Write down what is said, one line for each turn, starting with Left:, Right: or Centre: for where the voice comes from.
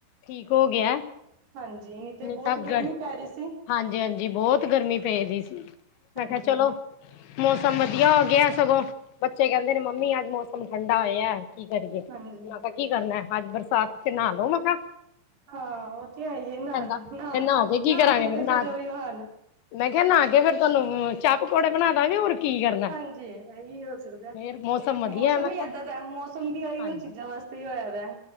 Left: ਠੀਕ ਹੋ ਗਿਆ <unintelligible>
Right: ਹਾਂਜੀ ਤੇ
Left: ਨਹੀਂ
Right: ਬਹੁਤ
Left: ਤਾਂ
Right: ਗਰਮੀ
Left: ਗਰ
Right: ਪੈ ਰਹੀ ਸੀ
Left: ਹਾਂਜੀ ਹਾਂਜੀ ਬਹੁਤ ਗਰਮੀ <unintelligible> ਸੀ ਮੈਂ
Right: ਹਾਂਜੀ
Left: ਕਿਹਾ ਚਲੋ ਮੌਸਮ ਵਧੀਆ ਹੋ ਗਿਆ ਸਗੋਂ ਬੱਚੇ ਕਹਿੰਦੇ ਨੇ ਮੰਮੀ ਅੱਜ ਮੌਸਮ ਮੌਸਮ ਠੰਡਾ ਹੋਇਆ ਕੀ ਕਰੀਏ,
Right: ਹਾਂਜੀ
Left: ਨਾ ਤਾਂ ਕੀ ਕਰਨਾ ਅੱਜ ਬਰਸਾਤ ਚ ਨਹਾ ਲੋਓ ਮ ਕਿਹਾ
Right: ਹਾਂ ਉਹ ਤੇ ਹੈ ਈ ਐ ਨਹਾ
Left: ਕਹਿੰਦਾ
Right: ਨਹਾ
Left: ਤੇ ਕੇ ਕੀ
Right: ਨਹਾ
Left: ਕਰਾਂਗੇ
Right: ਕੇ
Left: ਮੈਂ
Right: ਤੇ
Left: ਨਹਾ
Right: ਫੇਰ ੳਹੀਓ ਹਾਲ
Left: ਮੈਂ ਕਿਹਾ ਨ ਕੇ ਫੇਰ ਤੁਹਾਨੂੰ ਚਾਹ ਪਕੌੜੇ ਬਣਾ ਦਾਂ ਕੇ ਹੋਰ ਕੀ ਕਰਨਾ
Right: ਹਾਂਜੀ, ਇਹੀ ਹੋ ਸਕਦੇ,
Left: ਫੇਰ ਵਧੀਆ
Right: ਮੌਸਮ
Left: ਮੈਂ
Right: ਹੀ
Left: ਕਿਹਾ
Right: ਇਏਦਾਂ ਦਾ ਮੌਸਮ ਵੀ ਆਈ
Left: ਹਾਂਜੀ
Right: ਉਹ ਚੀਜ਼ਾਂ ਵਾਸਤੇ ਕੀ ਹੋਇਆ ਦੇ